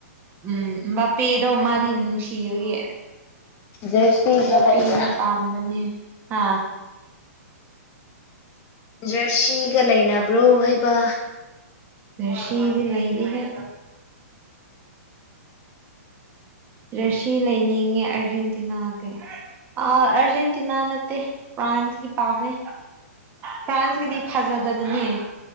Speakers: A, on the right; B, on the left.
A: ꯎꯝꯝꯕ ꯄꯦ <unintelligible> ꯗꯣ ꯃꯥꯗꯤ ꯅꯨꯡꯁꯤꯕꯒꯤ
B: ꯖꯔꯁꯤꯒ
A: ꯕꯄ‌ꯦꯗꫭ
B: ꯂꯩꯕ꯭ꯔꯥ
A: ꯄꯥꯃꯕꯅ‌ꯦ ꯍꯥꯥ
B: ꯖꯔꯁꯤꯒ ꯂꯩꯅꯕ꯭ꯔꯣ ꯍꯥꯏꯕ
A: ꯖꯔꯁꯤꯗꯤ ꯂꯩꯅꯤ ꯍ‌ꯦ ꯖꯔꯁꯤ ꯂꯩꯅꯤꯡꯉꯦ ꯑꯥꯔꯖꯦꯟꯇꯤꯅꯥꯒꯤ ꯑꯥ ꯑꯥꯔꯖꯦꯟꯇꯤꯅꯥ ꯅꯠꯇꯦ ꯐ꯭ꯔꯥꯟꯁꯀꯤ ꯄꯥꯝꯃꯦ ꯐ꯭ꯔꯥꯟꯁꯀꯤꯗꯤ ꯐꯖꯗꯕꯅꯤ